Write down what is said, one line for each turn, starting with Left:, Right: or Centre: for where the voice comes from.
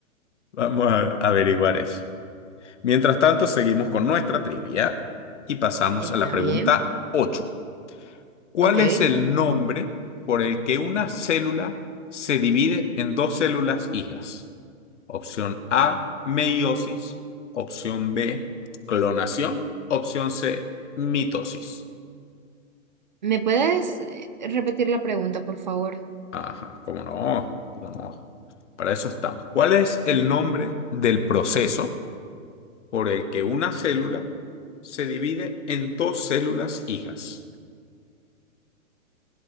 Left: vamos a averiguar eso. Mientras tanto, seguimos con nuestra trivia y pasamos
Right: Está
Left: a la pregunta
Right: bien,
Left: 8. ¿Cuál
Right: ok.
Left: es el nombre por el que una célula se divide en dos células hijas? Opción A, meiosis, opción B, clonación, opción C, mitosis.
Right: ¿Me puedes eh, repetir la pregunta, por favor?
Left: Ajá, cómo no, cómo no. Para eso estamos. ¿Cuál es el nombre del proceso por el que una célula se divide en dos células hijas?